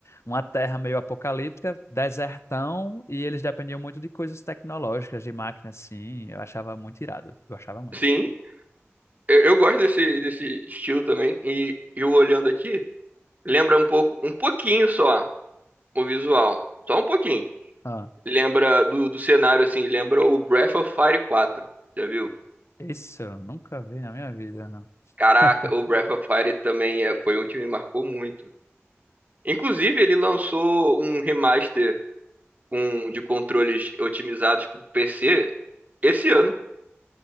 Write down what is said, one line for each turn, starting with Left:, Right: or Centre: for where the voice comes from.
Left: uma terra meio apocalíptica, desertão, e eles dependiam muito de coisas tecnológicas, de máquinas, assim. Eu achava muito irado, eu achava muito.
Right: Sim, eu, eu gosto desse, desse estilo também. E eu olhando aqui, lembra um pouco, um pouquinho só o visual. Só um pouquinho.
Left: Ah,
Right: Lembra do, do cenário, assim, lembra o Breath of Fire quatro, Já viu?
Left: isso eu nunca vi na minha vida. não.
Right: Caraca,
Left: <laughs>
Right: o Breath of Fire também é, foi um que me marcou muito. Inclusive, ele lançou um remaster com, de controles otimizados para o PC esse ano.